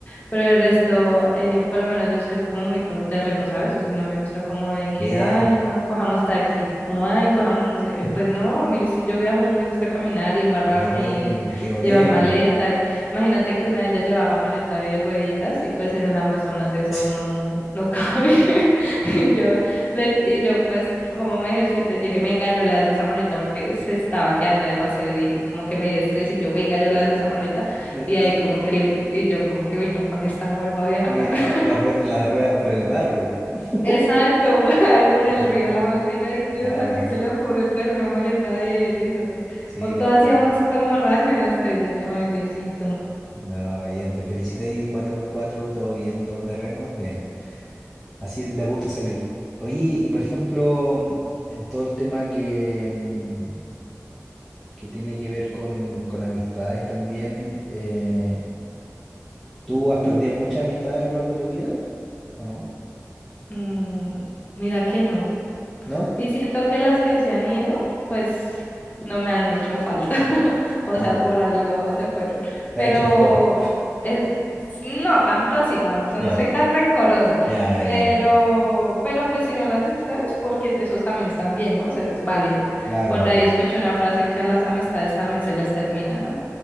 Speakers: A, on the left; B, in the centre.
A: Pero el resto, eh, por lo menos yo soy como muy todoterreno, ¿sabes? O sea, no me gusta como de que,
B: Bien,
A: ay, no, cojamos taxi, o ay, cojamos, no sé, eh, pues no, a mí si yo viajo me gusta caminar y embarrarme
B: bien,
A: y
B: qué bueno.
A: llevar maleta. y- Imagínate que una de ellas llevaba maleta de rueditas y pues en el Amazonas eso
B: <laughs>
A: no, no cabe. <laughs> Y yo, le- y yo, pues, como me ejercito, yo dije, venga, yo le alzo esa maleta porque se estaba quedando demasiado. Y dije, como que me dio estrés. Y yo, venga, yo le alzo esa maleta.
B: La-
A: Y ahí, como que le, y yo, como que vino con esta, no vuelvo a viajar.
B: oye,
A: <laughs>
B: la, rue- la rueda por el barro. weón. <laughs>
A: Exacto, <laughs> ahí por el
B: No,
A: río de la mano. Y yo, ay, Dios,
B: claro,
A: ¿a quién
B: ¿no?
A: se le ocurre traer una maleta de esas?
B: Sí,
A: O todas
B: no, bi-
A: íbamos con morral, menos ella. Y yo, ay, Diosito.
B: no, bien, te felicito ahí, cuatro por cuatro todo bien, todo terreno, bien. Así da gusto salir. Oye, y por ejemplo, en todo el tema que, em, que tiene que ver con, con amistades también. eh, ¿tú has perdido muchas amistades a lo largo de tu vida o no?
A: mm, mira que no.
B: ¿No?
A: Y siento que las que se han ido, pues no me han hecho falta. <laughs> O
B: Claro.
A: sea, por algo se fueron.
B: ¿Te
A: Pero
B: han hecho un favor?
A: eh, no, tanto así, no, no
B: Ya,
A: soy tan rencorosa.
B: ya, ya,
A: Pero,
B: bien.
A: pero pues si no las extrañas, porque esos también están bien, ¿no? O sea, es válido.
B: Claro,
A: Por
B: vale.
A: ahí escuché una frase que a las amistades también se les termina, ¿no?